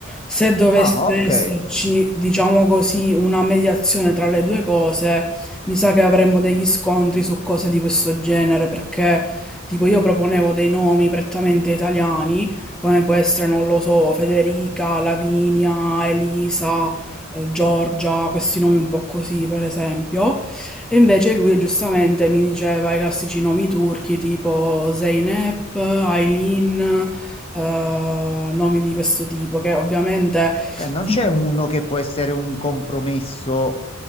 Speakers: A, in the centre; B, on the left.
A: se dovesse
B: Ah, ok.
A: esserci, diciamo così, una mediazione tra le due cose, mi sa che avremmo degli scontri su cose di questo genere, perché tipo io proponevo dei nomi prettamente italiani, come può essere, non lo so, Federica, Lavinia, Elisa, eh, Giorgia, questi nomi un po' così, per esempio. E invece lui giustamente mi diceva i classici nomi turchi tipo Zeynep, Aylin, eh, nomi di questo tipo, che ovviamente
B: Ok, non
A: sì.
B: c'è uno che può essere un compromesso